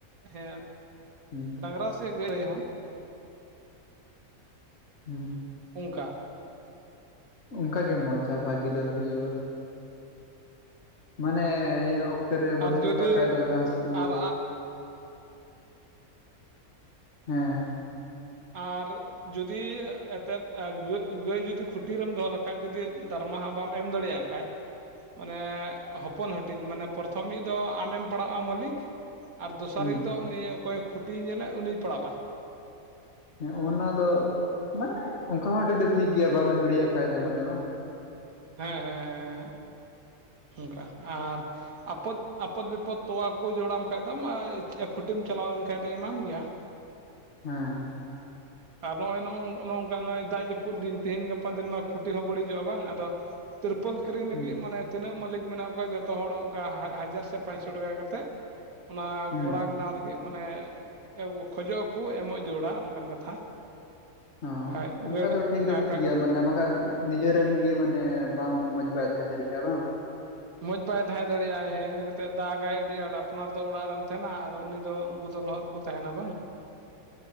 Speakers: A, on the right (about 70°); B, on the left (about 50°).
A: ᱦᱮᱸ,
B: ᱦᱩᱸ
A: ᱰᱟᱝᱨᱟ ᱥᱮ ᱜᱟᱹᱭ ᱦᱚᱸ?
B: ᱦᱩᱸ᱾
A: ᱚᱱᱠᱟ᱾
B: ᱚᱱᱠᱟᱜᱮ ᱢᱚᱸᱡᱽ ᱟᱨ ᱵᱷᱟᱜᱤ ᱫᱚ ᱦᱩᱭᱩᱜᱼᱟ᱾ ᱢᱟᱱᱮ ᱱᱤᱭᱟᱹ ᱚᱠᱛᱮ ᱨᱮ ᱵᱟᱹᱱᱩᱜ
A: ᱟᱨ ᱡᱩᱫᱤ
B: ᱠᱟᱜ ᱠᱷᱟᱡ ᱫᱚ ᱜᱷᱟᱸᱥ ᱠᱩ,
A: ᱟᱨ
B: ᱦᱮᱸ᱾
A: ᱟᱨ ᱡᱩᱫᱤ ᱮᱛᱮᱫ ᱮᱸ ᱜᱟᱹᱜ ᱜᱟᱹᱭ ᱡᱩᱫᱤ ᱠᱷᱩᱴᱤᱨᱮᱢ ᱫᱚᱦᱚ ᱞᱮᱠᱷᱟᱡ ᱡᱩᱫᱤ ᱫᱟᱨᱢᱟ ᱦᱟᱸᱜ ᱵᱟᱢ ᱮᱢ ᱫᱟᱲᱮᱭᱟᱜ ᱠᱷᱟᱡ,
B: <inaudible>
A: ᱢᱟᱱᱮ ᱦᱚᱯᱚᱱ ᱦᱟᱹᱴᱤᱧ, ᱢᱟᱱᱮ ᱯᱨᱚᱛᱷᱚᱢᱤᱡ ᱫᱚ ᱟᱢᱮᱢ ᱯᱟᱲᱟᱜᱼᱟ ᱢᱟᱹᱞᱤᱠ ᱟᱨ ᱫᱚᱥᱟᱨᱤᱡ
B: ᱦᱩᱸ
A: ᱫᱚ ᱩᱱᱤ ᱚᱠᱚᱭᱮ ᱠᱷᱩᱴᱤᱭ ᱧᱮᱞᱮᱫ ᱩᱱᱤᱭ ᱯᱟᱲᱟᱣᱼᱟ᱾
B: ᱦᱮ ᱚᱱᱟ ᱫᱚ, ᱢᱟᱱᱮ ᱚᱱᱠᱟ ᱦᱚᱸ ᱴᱷᱤᱠ ᱫᱚ ᱴᱷᱤᱠ ᱜᱮᱭᱟ ᱵᱟᱢ ᱮᱢ ᱫᱟᱲᱮᱭᱟᱜ ᱠᱷᱟᱡ ᱫᱚ ᱢᱟᱱᱮ ᱵᱟᱝ᱾
A: ᱦᱮᱸ ᱦᱮᱸ᱾ ᱦᱮᱸ ᱚᱱᱠᱟ ᱟᱨ ᱟᱯᱚᱫ ᱟᱯᱚᱫ ᱵᱤᱯᱚᱫ ᱛᱚᱣᱟ ᱠᱚ ᱡᱚᱲᱟᱢ ᱠᱷᱟᱡ ᱫᱚᱢ ᱮᱸ ᱪᱮ ᱠᱷᱩᱴᱤᱢ ᱪᱟᱞᱟᱣ ᱞᱮᱱᱠᱷᱟᱡ ᱫᱚᱭ ᱮᱢᱟᱢ ᱜᱮᱭᱟ᱾
B: ᱦᱮᱸ᱾
A: ᱦᱮᱸ᱾ ᱟᱨ ᱱᱚᱜᱼᱚᱭ ᱱᱚᱜ ᱱᱚ ᱱᱚᱝᱠᱟ ᱱᱚᱜ-ᱚᱭ ᱫᱟᱜ ᱡᱟᱹᱯᱩᱫ ᱫᱤᱱ ᱛᱤᱦᱤᱧ ᱜᱟᱯᱟ ᱫᱤᱱ ᱢᱟ ᱠᱷᱩᱴᱤ ᱦᱚᱸ ᱵᱟᱹᱲᱤᱡᱚᱜᱼᱟ ᱵᱟᱝ ᱟᱫᱚ ᱛᱨᱤᱯᱚᱞ ᱠᱤᱨᱤᱧ ᱞᱟᱹᱜᱤᱫ
B: ᱦᱩᱸ
A: ᱢᱟᱱᱮ ᱛᱤᱱᱟᱹᱜ ᱢᱟᱹᱞᱤᱠ ᱢᱮᱱᱟᱜ ᱠᱚᱣᱟ ᱡᱚᱛᱚ ᱦᱚᱲ ᱚᱱᱠᱟ ᱦᱟ ᱦᱟᱡᱟᱨ ᱥᱮ ᱯᱟᱸᱪᱥᱚ ᱴᱟᱠᱟ ᱠᱟᱛᱮᱫ ᱚᱱᱟ
B: ᱦᱩᱸ
A: ᱜᱚᱲᱟ ᱵᱮᱱᱟᱣ ᱞᱟᱹᱜᱤᱫ ᱢᱟᱱᱮ ᱮ ᱮᱜᱚ ᱠᱷᱚᱡᱚᱜ ᱟᱠᱚ ᱮᱢᱚᱜ ᱡᱚᱲᱟ ᱚᱱᱠᱟᱱ ᱠᱟᱛᱷᱟ᱾
B: ᱦᱚᱸ
A: ᱠᱷᱟᱡ
B: ᱚᱱᱠᱟ
A: ᱜᱟᱹᱰ
B: ᱫᱚ ᱴᱷᱤᱠ ᱫᱚ
A: ᱟᱠᱷᱟᱡ
B: ᱴᱷᱤᱠ ᱜᱮᱭᱟ ᱢᱟᱱᱮ ᱵᱟᱠᱷᱟᱡ ᱱᱤᱡᱮᱨᱮᱱ ᱜᱮ ᱢᱟᱱᱮ ᱵᱟᱝ ᱢᱚᱡᱽ ᱵᱟᱭ ᱛᱟᱦᱮᱸ ᱫᱟᱲᱮᱭᱟᱜᱼᱟ ᱵᱟᱝ?
A: ᱢᱚᱡᱽ ᱵᱟᱭ ᱛᱟᱦᱮᱸ ᱫᱟᱲᱮᱭᱟᱜᱼ ᱟᱭ ᱦᱮᱸ ᱤᱱᱟᱹ ᱠᱟᱛᱮᱫ ᱫᱟᱜᱟᱭ ᱟᱹᱰᱤ ᱟᱸᱴ ᱟᱯᱱᱟᱨ ᱫᱚ ᱚᱲᱟᱜ ᱨᱮᱢ ᱛᱟᱦᱮᱱᱟ ᱟᱨ ᱩᱱᱤ ᱫᱚ ᱩᱱᱠᱩ ᱫᱚ ᱞᱚᱦᱚᱫ ᱨᱮ ᱠᱚ ᱛᱟᱦᱮᱱᱟ ᱵᱟᱝ?
B: <inaudible>